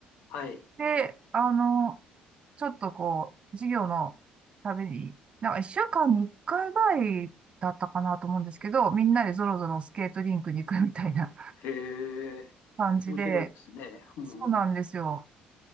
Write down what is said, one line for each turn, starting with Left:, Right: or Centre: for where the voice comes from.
Left: はい。
Right: で、あの、ちょっとこう、授業のために、なんか一週間に一回ぐらいだったかなと思うんですけど、みんなでぞろぞろスケートリンクに行くみたいな。
Left: へえ。
Right: 感じで、
Left: 面白いですね。うん。
Right: そうなんですよ。